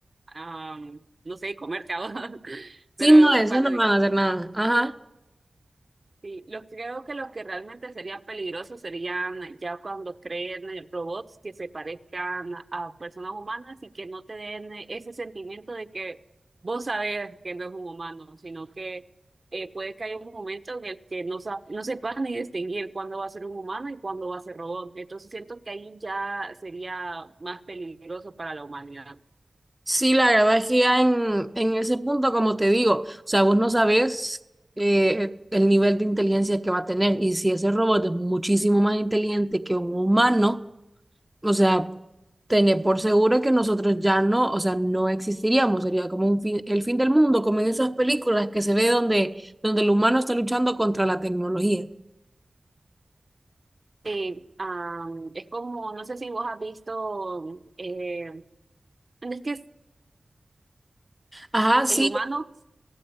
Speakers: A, on the right; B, in the centre.
A: am, no sé, comerte a vos, <laughs> pero
B: Sí, no, eso
A: cuando
B: no van a hacer nada. Ajá.
A: Sí, lo, creo que los que realmente serían peligrosos serían ya cuando creen eh, robots que se parezcan a personas humanas y que no te den eh, ese sentimiento de que vos sabés que no es un humano, sino que eh, puede que haya un momento en el que no, sa- no sepas ni distinguir cuándo va a ser un humano y cuándo va a ser robot. Entonces siento que ahí ya sería más peligroso para la humanidad.
B: Sí, la verdad es que ya en, en ese punto, como te digo, o sea, vos no sabes eh, el nivel de inteligencia que va a tener y si ese robot es muchísimo más inteligente que un humano, o sea, tener por seguro que nosotros ya no, o sea, no existiríamos, sería como un fin, el fin del mundo, como en esas películas que se ve donde, donde el humano está luchando contra la tecnología.
A: Eh, am, es como, no sé si vos has visto... Eh, es que
B: Ajá, sí,
A: el humano